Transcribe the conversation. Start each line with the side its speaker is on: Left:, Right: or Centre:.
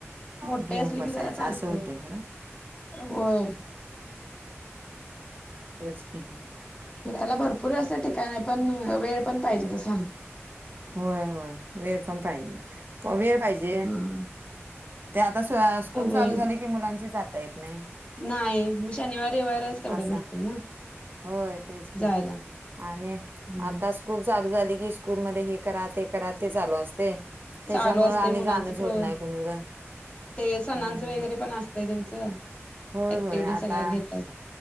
Right: घेऊन
Left: मोठे असले
Right: बसायचं
Left: कि जरा चालतंय,
Right: असं होतंय खरं
Left: होय.
Right: होयच की.
Left: फिरायला भरपूर असं
Right: हम्म.
Left: ठिकाण आहे पण, वेळ पण पाहिजे तसा.
Right: होय होय वेळ पण पाहिजे, प वेळ पाहिजे.
Left: हम्म.
Right: ते आता स स्कूल
Left: होय.
Right: चालू झाली की मुलांची जाता येत नाही.
Left: नाही, मग शनिवार रविवारच तेवढं
Right: असा
Left: भेटतंय ना.
Right: होय तेच की,
Left: जायला.
Right: आणि
Left: हम्म.
Right: आता स स्कूल चालू झाली की, स्कूल मध्ये हे करा ते करा ते चालू असतंय. त्याच्यामुळे
Left: चालू असते
Right: आणि
Left: मुलांच
Right: जाणच होत
Left: प्रो
Right: नाही कुणीकडं.
Left: ते सणांचं
Right: हा हा
Left: वगैरे
Right: हा
Left: पण असतं त्यांचं,
Right: होय
Left: ऍक्टिव्हिटी
Right: होय आता
Left: सगळ्या घेतात.